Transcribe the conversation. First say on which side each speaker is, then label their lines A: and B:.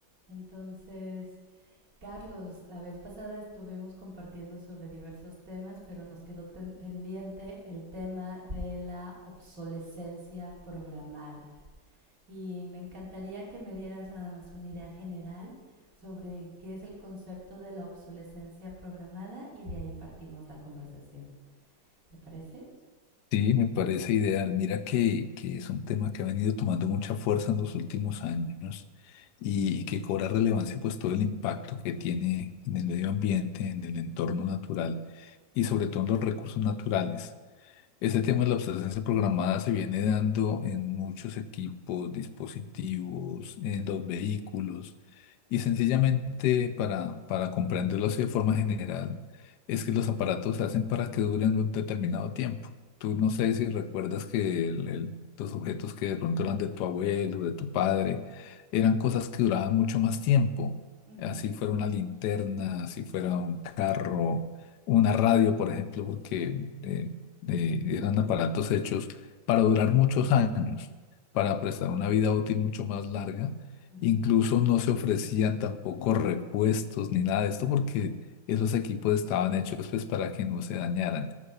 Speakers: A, on the right; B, on the left.
A: Entonces, Carlos, la vez pasada estuvimos compartiendo sobre diversos temas, pero nos quedó ten- pendiente el tema de la obsolescencia programada. Y me encantaría que me dieras nada más una idea general sobre qué es el concepto de la obsolescencia programada y de ahí partimos la conversación. ¿Te parece?
B: Sí, me parece ideal. Mira que, que es un tema que ha venido tomando mucha fuerza en los últimos años y, y que cobra relevancia pues todo el impacto que tiene en el medio ambiente, en el entorno natural y sobre todo en los recursos naturales. Ese tema de la obsolescencia programada se viene dando en muchos equipos, dispositivos, en los vehículos y sencillamente para, para comprenderlo así de forma general es que los aparatos se hacen para que duren un determinado tiempo. Tú no sé si recuerdas que el- el- los objetos que de pronto eran de tu abuelo, de tu padre, eran cosas que duraban mucho más tiempo.
A: Ujú,
B: Así
A: ujú,
B: fuera una linterna, así fuera un carro, una radio, por ejemplo, porque... eh, eh, eran aparatos hechos para durar muchos años, para prestar una vida útil mucho más larga.
A: ujú,
B: Incluso no se ofrecían tampoco repuestos ni nada de esto porque esos equipos estaban hechos pues para que no se dañaran.